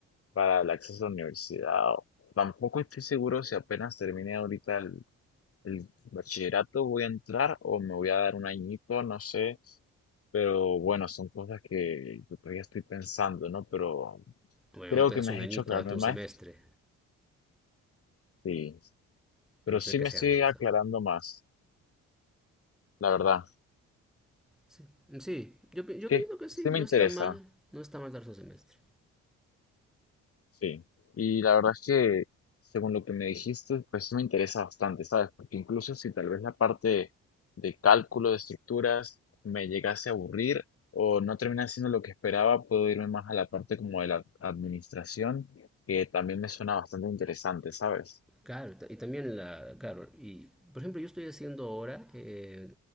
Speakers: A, on the left (about 50°); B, in the centre.
A: para el acceso a la universidad. Tampoco estoy seguro si apenas termine ahorita el, el bachillerato voy a entrar o me voy a dar un añito, no sé, pero bueno, son cosas que que todavía estoy pensando, ¿no? Pero
B: Bueno,
A: creo
B: no te
A: que
B: des
A: me
B: un
A: has
B: añito,
A: hecho aclararme
B: date un
A: más
B: semestre,
A: Sí, pero
B: a no
A: sí
B: ser que
A: me
B: sea
A: estoy
B: analizado.
A: aclarando más, la verdad.
B: Sí, sí yo, pi- yo pienso
A: Que
B: que sí,
A: sí
B: no
A: me
B: está
A: interesa,
B: mal, no está mal darse un semestre.
A: sí. Y la verdad es que, según lo que me dijiste, pues sí me interesa bastante, ¿sabes? Porque incluso si tal vez la parte de cálculo de estructuras me llegase a aburrir o no termina siendo lo que esperaba, puedo irme más a la parte como de la administración, que también me suena bastante interesante, ¿sabes?
B: Claro, ta- y también la, claro, y por ejemplo yo estoy haciendo ahora eh,